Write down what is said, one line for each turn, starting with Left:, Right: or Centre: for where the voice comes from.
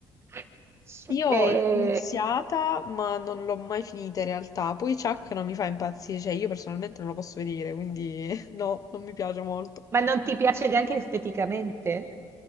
Right: <laughs>
Left: Io
Right: Eh,
Left: l'ho iniziata, ma non l'ho mai finita in realtà. Poi Chuck non mi fa impazzire, cioè io personalmente non lo posso vedere, quindi <laughs> no, non mi piace molto.
Right: ma non ti piace neanche esteticamente?